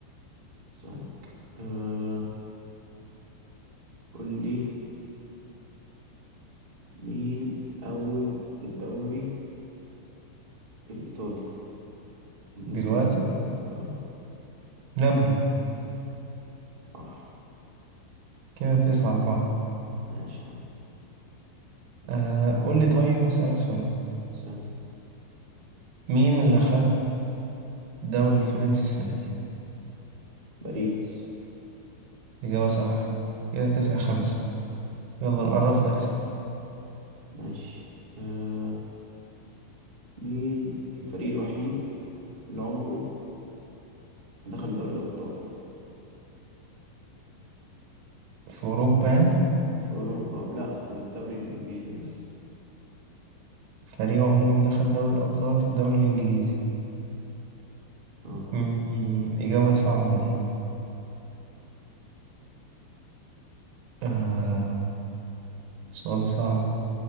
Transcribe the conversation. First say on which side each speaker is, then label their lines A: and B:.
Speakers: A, on the right; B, on the right.
A: اسألك أه قول لي مين أول الدوري الإيطالي الموسم
B: دلوقتي
A: ده اه
B: نابولي
A: صح
B: كده تسعة أربعة
A: ماشي يا عم
B: أه قول لي طيب أسألك سؤال
A: استنى
B: مين اللي خد الدوري الفرنسي السنة دي؟
A: باريس
B: إجابة صح كده تسعة خمسة يلا نقرب تكسب
A: ماشي أه مين الفريق الوحيد اللي عمره ما دخل دوري الأبطال
B: في أوروبا يعني
A: في أوروبا لا في الدوري الإنجليزي بس
B: فريق عمره ما دخل دوري الأبطال في الدوري الإنجليزي
A: اه
B: مم، إجابة صعبة دي آه سؤال صعب